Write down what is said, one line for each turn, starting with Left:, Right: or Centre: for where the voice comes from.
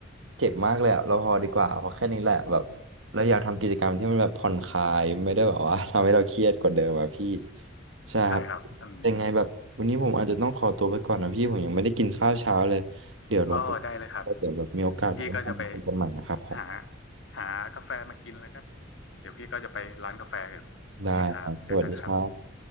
Right: เจ็บมากเลยอะเราพอดีกว่าพอแค่นี้แหละแบบเราอยากทำกิจกรรมที่มันแบบผ่อนคลายไม่ได้แบบว่า <laughs> ทำให้เราเครียดกว่าเดิมอะพี่ใช่ครับ
Left: ใช่ครับอืม
Right: ยังไงแบบวันนี้ผมอาจจะต้องขอตัวไปก่อนนะพี่ผมยังไม่ได้กินข้าวเช้าเลยเดี๋ยวลงไป
Left: อ๋อได้เลยครับ
Right: แล้วเดี๋ยวแบบมีโอกาสเราไปทำงานกันใหม่นะครับผม
Left: เดี๋ยวพี่ก็จะไปหาหากาแฟมากินแล้วก็เดี๋ยวพี่ก็จะไปร้านกาแฟอยู่โอเคครับเจอกันครับ
Right: ได้ครับสวัสดีครับ